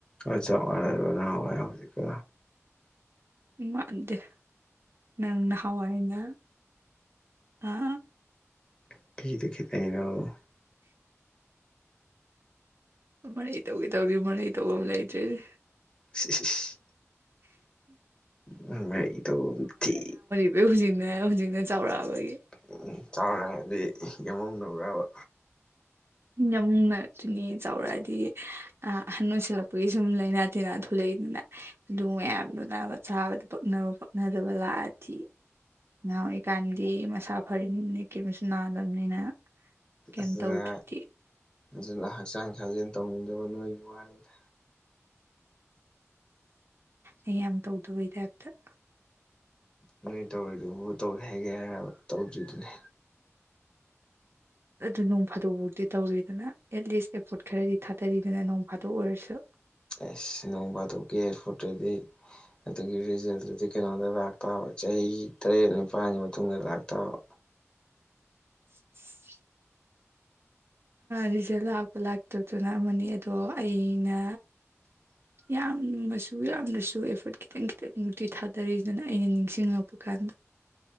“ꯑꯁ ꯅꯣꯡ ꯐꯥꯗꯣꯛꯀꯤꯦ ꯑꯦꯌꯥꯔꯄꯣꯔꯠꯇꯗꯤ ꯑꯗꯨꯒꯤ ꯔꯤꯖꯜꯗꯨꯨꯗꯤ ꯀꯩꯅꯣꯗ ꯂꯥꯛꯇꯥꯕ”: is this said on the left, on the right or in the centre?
Left